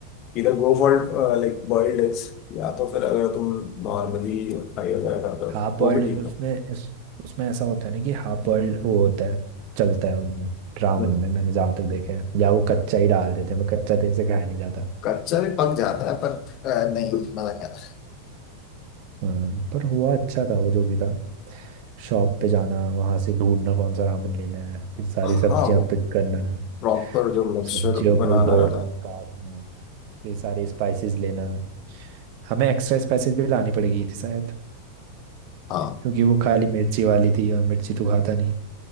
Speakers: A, on the left; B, on the right.
A: इधर go for like boiled eggs या तो फिर अगर तुम
B: हम्म।
A: नॉर्मली फ्राई वगैरह करते हो
B: हाफ बॉइल्ड
A: वो भी ठीक
B: उसमें
A: है
B: इस, उसमें ऐसा होता है ना कि हाफ बॉइल्ड वो होता है चलता है उन रावण
A: हम्म,
B: में मैंने जहाँ तक देखा है या वो कच्चा ही डाल देते हैं वो कच्चा देर से खाया नहीं जाता
A: कच्चा भी पक जाता है पर अ, नहीं मजा नहीं आता
B: हाँ, पर हुआ अच्छा था वो जो भी था शॉप पे जाना वहां से ढूंढना कौन सा रामेन लेना है फिर सारी
A: हाँ
B: सब्जियां
A: वो
B: पिक करना
A: प्रॉपर जो मिक्सचर
B: सब्जियों को
A: बनाना
B: धोना
A: रहता है
B: काटना फिर सारे स्पाइसेस लेना हमें एक्स्ट्रा स्पाइसेस भी लानी पड़ेगी थी शायद
A: हाँ
B: क्योंकि वो खाली मिर्ची वाली थी और मिर्ची तो खाता नहीं